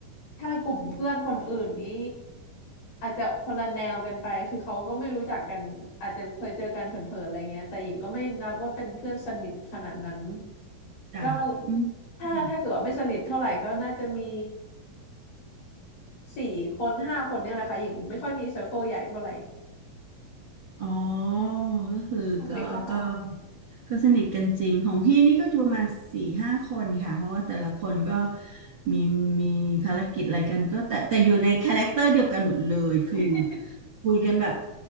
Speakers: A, on the left; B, on the right.
A: ถ้ากลุ่มเพื่อนคนอื่นนี้อาจจะคนละแนวกันไปคือเขาก็ไม่รู้จักกันอาจจะเคยเจอกันเผลอๆอะไรเงี้ยแต่หญิงก็ไม่นับว่าเป็นเพื่อนสนิทขนาดนั้น
B: จ้ะอืมอืม
A: ก็ถ้าถ้าเกิดว่าไม่สนิทเท่าไหร่ก็น่าจะมีสี่คนห้าคนเนี่ยแหละค่ะหญิงไม่ค่อยมีเซอร์เคิลใหญ่เท่าไหร่
B: อ๋อก็คือก็ก็
A: คุณปิ๊งนะคะ
B: ก็สนิทกันจริง ของพี่นี่ก็อยู่ประมาณสี่ห้าคนค่ะ เพราะว่าแต่ละคนก็มีมีภารกิจอะไรกันก็แต่แต่อยู่ในคาแรคเตอร์เดียวกันหมดเลยคือ
A: <laughs>
B: คุยกันแบบ